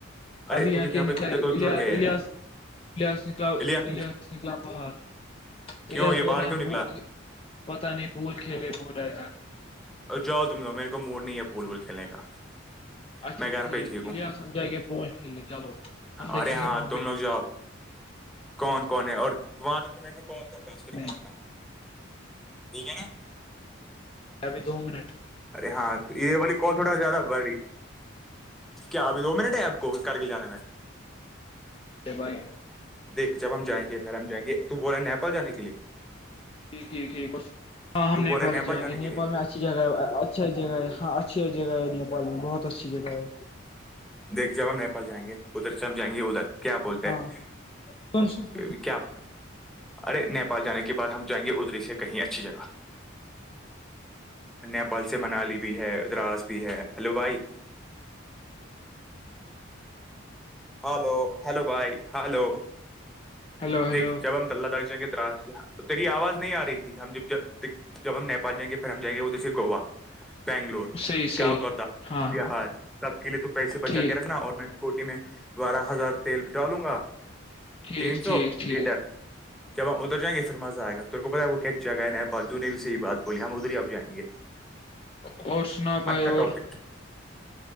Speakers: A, in the centre; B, on the left (about 25°).
A: ارے
B: ابھی یہاں
A: تو دیکھ
B: کے
A: پہ
B: نکیاس
A: کتے تو جڑ گئے ہیں
B: حظ نکلاؤ
A: الیاس
B: لحاظ نکلاؤ بہاہار یہ
A: کیوں
B: لحظ بول
A: باہر
B: رہے ہیں
A: کیوں نکلا
B: بھول کے پتا نہیں بول کھیل ب رہ
A: جاؤ تم ل میں ک مور نہیں ہے پول بول کھیلے کا
B: اچھا
A: میں گھر
B: ٹھیک
A: پ ٹھیکوں
B: الیاس ہم جائیں گے پول کھیلنے چلو ہم دیکھیں
A: ارے
B: گے
A: ہاں
B: وہاں
A: تم
B: پہ
A: لوگ جواب کون کون ہے اور وہاں تک تو مے کو کال کر د
B: کتنے
A: پھر
B: ہیں۔
A: کاٹنا ٹھیک ہے نا
B: ابھی دو منٹ
A: ارے ہاں تو یہ والی کال تھوڑا زیادہ بڑ رہی ہے کیا ابھی دو منٹ ہے آپ کو کرارگل جان میں
B: ا بھائی
A: دیکھ جب ہم جائیںے پھر ہم جائیں گے تو بول رہے ہے نیپال جانے کے لیے
B: جی ٹ ٹھیک ہاں ہم
A: تو بول
B: نیپال
A: رہا ہے
B: ہی جائیں
A: جانے
B: گے
A: کے
B: نیپال
A: لیے
B: میں ای اچھی جگہ اچھھیا جگہ ہے ہاں اچھی جگہ ہے نیال میں بہت اچھی جگہ ہے
A: دیکھ جب ہم نیپال جائیں گے ادھر سے ہم جائیں گے ادھر کیا بولتے
B: ہاں
A: ہیں
B: سن سن سن
A: کیا ارے نیپال جانے کے بعد ہم جائیں گے ادری سے کہیں اچھی جگہ نیپال سے منالی بھی ہے ا دراس بھی ہے ہلو بھائی ہلو ہلو بھائی ہلو
B: ہیلو ہیلو
A: دیکھ جب ہم تلہ دخ جائیں گے دراز سے تو تیری آواز نہیں آ رہی تھی ہم ج جب ہم نیپال جائیں گے پھر ہم جائیں گے وہ دسے گوا بنگلور
B: صحیح صحیح
A: کالکتا
B: ہاں ہاں
A: بہار سب کے لیے تو پیسے بچا
B: ٹھیک
A: کے رکھنا اور میں کوٹی میں بارہ ہزار تیل بھی ڈالوں گا
B: ٹھیک
A: تین سو
B: ٹھیک ٹھیک
A: لیٹر جب ہم ادھر جائیں گے پھر مزہئے گا تو کو پتا وہ کیاس جگہ ہے نیال تو نے بھی سےی بات بولی ہم ادھر ہی ا جائیں گے
B: <inaudible> اور سنا بھائی
A: اچھا
B: اور
A: ٹاپک ہے